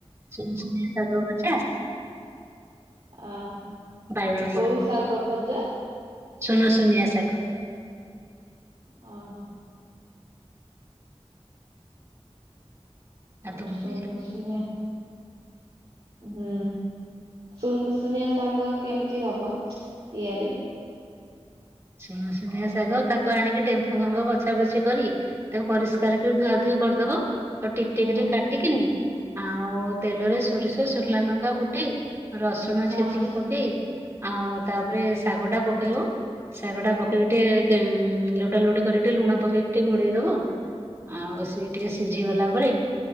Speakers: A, on the right; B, on the right.
A: ସୁନୁସୁନିଆ ଶାଗ ଭଜା
B: ଅହ
A: ବାଇଗଣ
B: କୋଉ ଶାଗ ଭଜା?
A: ସୁନୁସୁନିଆ ଶାଗ।
B: ଅହ।
A: ଆଉ
B: କ
A: ତୁ କଣ
B: ସୁନୁସୁନିଆ
A: ଖାଇଛୁ?
B: ହୁଁ। ସୁନୁସୁନିଆ ଶାଗ କେମିତି ହବ ତିଆରି?
A: ସୁନୁସୁନିଆ ଶାଗ, ତାକୁ ଆଣିକି ଡେମ୍ଫ ଫେମ୍ଫ ବଛା ବଛି କରି ତାକୁ ପରିଷ୍କାର କରି ଧୁଆ ଧୁଇ କରିଦବ, ତ ଟିକ୍
B: ହୁଁ
A: ଟିକ୍ କା କାଟିକିନି ଆଉ ତେଲରେ ସୋରିଷ, ଶୁଖିଲା ଲଙ୍କା ଫୁଟେଇ, ରସୁଣ
B: ହଁ
A: ଛେଚିକି ପ ପକେଇ, ଆଉ ତାପରେ ଶାଗ ଟା ପକେଇବ ଶାଗ ଟା ପକେଇକି, ଟିକେ ଲଟା ଲୋଟି କରିକି, ଟିକେ ଲୁଣ ପକେଇକି, ଟିକେ ଘୋଡେଇ ଦବ। ଆଉ, ସେ ଟିକେ ସିଝି ଗଲା ପରେ